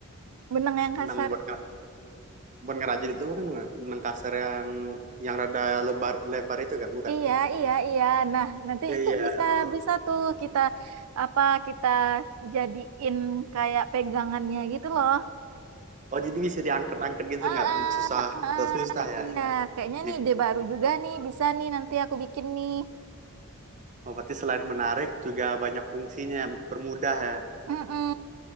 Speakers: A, on the right; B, on the right.
A: benang yang
B: benang
A: kasar
B: buat buat ngerajut itu bukan nggak? benang kasar yang yang rada lebar lebar itu kan bukan
A: iya iya iya nah nanti
B: iya
A: itu
B: iya
A: bisa
B: oh.
A: bisa tuh kita apa kita jadiin kayak pegangannya gitu loh
B: Oh, jadi bisa diangkat-angkat gitu
A: ah
B: nggak
A: ah,
B: susah
A: ah,
B: susah ya
A: iya
B: ya
A: kayaknya
B: Jadi,
A: nih ide baru juga nih bisa nih nanti aku bikin nih
B: oh, berarti selain menarik juga banyak fungsinya permudah ya
A: Mm-mm.